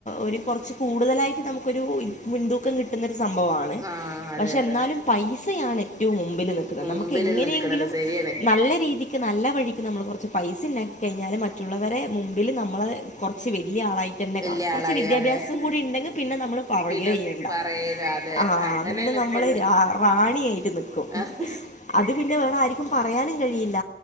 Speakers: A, on the left; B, on the right.
A: ഒരു കുറച്ച് കൂടുതലായിട്ട് നമുക്കൊരു മുൻതൂക്കം കിട്ടുന്ന സംഭവമാണ്
B: ആഹ് അതെ
A: പക്ഷെ
B: അതെ
A: എന്നാലും പൈ സയാണ് ഏറ്റവും മുമ്പിൽ നിക്കുന്നത് നമ്മക്ക്
B: മുമ്പില്
A: എങ്ങനെങ്കിലും
B: നിക്കണത് ശരിയാണ്
A: നല്ല രീതിക്ക് നല്ല വഴിക്ക് നമ്മൾ കുറച്ചു പൈസ ഉണ്ടാക്കി കഴിഞ്ഞാൽ മറ്റുള്ളവരെ മുമ്പില് നമ്മള് കുറച്ച് വെ ല്യ ആളായിട്ടന്നെ
B: വല്യ
A: കാണും കുറച്ച്
B: ആളായി
A: വിദ്യാഭ്യാസം
B: അതെ
A: കൂടി ഉണ്ടെങ്കിൽ പിന്നെ നമ്മള് പറയുകയെ
B: പിന്നെ
A: ചെയ്യണ്ട
B: പറയല അതെ
A: ആ
B: അങ്ങനെയാണ്
A: ആന്ന പിന്നെ നമ്മള്
B: ഇപ്പൊന്ന്
A: റാണിയായിട്ട് നിക്കും ഹ്
B: ആഹ്
A: അത് പിന്നെ വേറെ ആർക്കും പറയാനും കഴിയില്ല